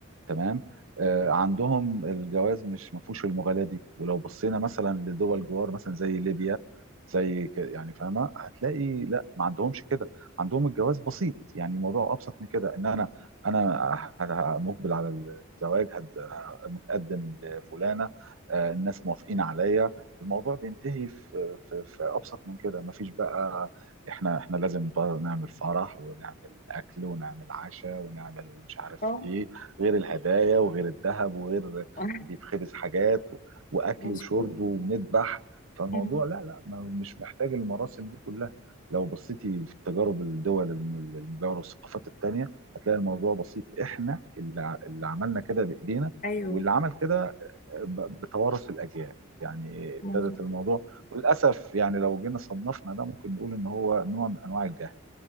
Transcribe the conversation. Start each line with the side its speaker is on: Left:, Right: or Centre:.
Right: تمام آه، عندهم الجواز مش ما فيهوش المغالاة دي ولو بصينا مثلا لدول جوار مثلا زي ليبيا زي ك- يعني فاهمه هتلاقي لا ما عندهمش كده عندهم الجواز بسيط يعني الموضوع ابسط من كده ان انا انا ه- مقبل على الزواج هد- متقدم لفلانه آه، الناس موافقين عليا الموضوع بينتهي في في في ابسط من كده ما فيش بقى احنا احنا لازم نعمل فرح ونعمل اكل ونعمل عشاء ونعمل مش عارف
Left: اه آه،
Right: ايه غير الهدايا وغير الذهب وغير
Left: <laughs>
Right: بيتخبز حاجات واكل
Left: مظبوط
Right: وشرب ونذبح فالموضوع
Left: أمم.
Right: لا لا ما- مش محتاج المراسم دي كلها لو بصيتي في تجارب الدول الم- المجاوره والثقافات التانيه هتلاقي الموضوع بسيط احنا اللي ع- اللي عملنا كده بايدينا
Left: ايوه
Right: واللي عمل كده ب- بتوارث الاجيال يعني ابتدت
Left: مظبوط
Right: الموضوع وللاسف يعني لو جينا صنفنا ده ممكن نقول ان هو نوع من انواع الجهل